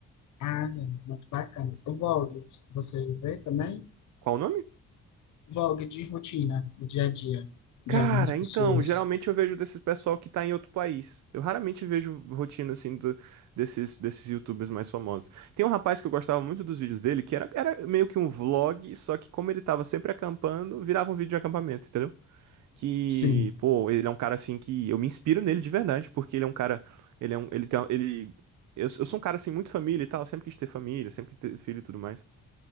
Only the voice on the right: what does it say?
Qual o nome?
Cara,
então, geralmente eu vejo desses pessoal que tá em outro país. Eu raramente vejo rotina assim do- desses, desses YouTubers mais famosos. Tem um rapaz que eu gostava muito dos vídeos dele, que era, era meio que um vlog, só que como ele tava sempre acampando, virava um vídeo de acampamento, entendeu? Que,
pô, ele é um cara assim que eu me inspiro nele de verdade, porque ele é um cara, ele é um, ele tem, uma- ele eu, eu sou um cara assim muito família e tal, sempre quis ter família, sempre quis ter filho e tudo mais